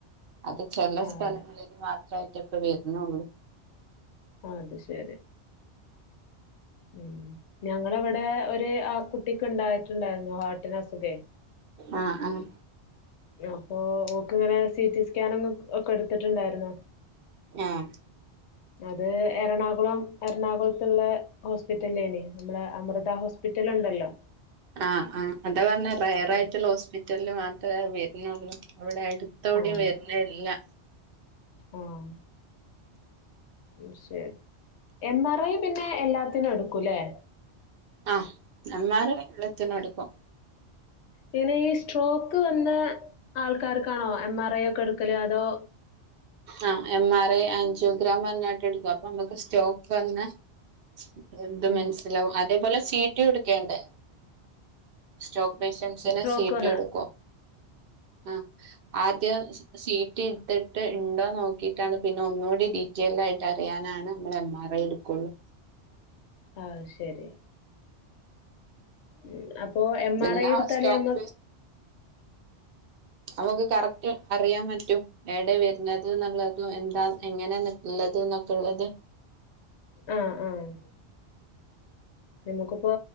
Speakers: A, on the right; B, on the left.
A: അത് ചെല
B: ആഹ്
A: സ്ഥലങ്ങളിൽ മാത്രായിട്ട് ഇപ്പ വരുണുള്ളൂ
B: ആഹ് അത്ശരി ഉം ഞങ്ങളവിടെ ഒരു ആഹ് കുട്ടിക്ക് ഉണ്ടായിട്ടുണ്ടായിരുന്നു ഹാർട്ടിന് അസുഖേ
A: ആഹ് ആഹ്
B: അപ്പൊ ഓക്ക് ഇങ്ങനെ സി റ്റി സ്കാനിങ് ഒക്കെ എടുത്തിട്ടുണ്ടാരുന്നോ
A: ആഹ്
B: അത് എറണാകുളം എറണാകുളത്തുള്ള ഹോസ്പിറ്റലേന് നമ്മള അമൃത ഹോസ്പിറ്റല് ഉണ്ടല്ലോ
A: ആഹ് ആഹ് അതാ പറഞ്ഞ റെയർ ആയിട്ടുള്ള
B: ഉം.
A: ഹോസ്പി റ്റല് മാത്ര വരുണുള്ളൂ അവിടെ അടുത്തെവിടേം
B: ആഹ്
A: വരുന്നില്ല
B: ആഹ് ഉം ശരി എം ആർ ഐ പിന്നെ എല്ലാത്തിനും എടുക്കൂല്ലേ
A: ആഹ് എം ആർ ഐ എല്ലത്തിനും എടുക്കും
B: പിന്നെ ഈ സ്ട്രോക്ക് വന്ന ആൾക്കാർക്കാണോ എം ആർ ഐ ഒക്കെ എടുക്കല് അതോ
A: ആഹ് എം ആർ ഐ ആഞ്ചിയോഗ്രാം പറഞ്ഞിട്ട് എടുക്കും അപ്പൊ നമ്മുക്ക് സ്റ്റോക്ക് വന്ന സ്പ്രെഡ്
B: ഉം
A: മനസ്സിലാവും അതേപോലെ സീ റ്റി എടുക്കേണ്ട് സ്ട്രോക്ക് പേഷ്യൻസിന്
B: സ്ട്രോക്ക്
A: സീ റ്റി
B: വന്ന
A: എടുക്കും ആഹ് ആദ്യ സീ റ്റി ഇട്ട ട്ട് ഇണ്ടോ നോക്കിട്ടാണ് പിന്നെ ഒന്നുകൂടി ഡീറ്റെയിൽഡായിട്ട് അറിയാനാണ് നമ്മൾ എം ആർ ഐ എടുക്കുള്ളൂ
B: അത്ശരി ഉം അപ്പോ എം
A: പിന്നെ
B: ആർ ഐ എടുത്താലേ
A: സ്റ്റോക്ക്
B: നമ്മ
A: നമ്മക്ക് കറക്റ്റ് അറിയാൻ പറ്റും ഏടെ വര്ന്നത്ന്നുള്ളതു എന്താ എങ്ങനെള്ളത് എന്നൊക്കെള്ളത്.
B: ആഹ് ആഹ്. നമുക്കിപ്പോ